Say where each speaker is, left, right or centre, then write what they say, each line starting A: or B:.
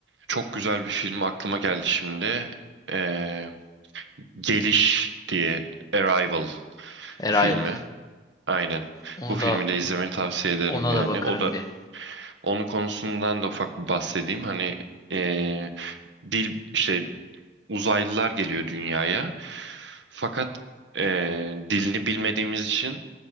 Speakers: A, on the right; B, on the left.
A: çok güzel bir film aklıma geldi şimdi. Ee, Geliş diye Arrival
B: Arrival.
A: filmi. Aynen.
B: Onu
A: Bu filmi
B: da
A: de izlemeni tavsiye ederim
B: ona
A: yani.
B: da bakarım
A: O da
B: bir.
A: onun konusundan da ufak bir bahsedeyim. Hani ee, dil işte uzaylılar geliyor dünyaya. Fakat eee, dilini bilmediğimiz için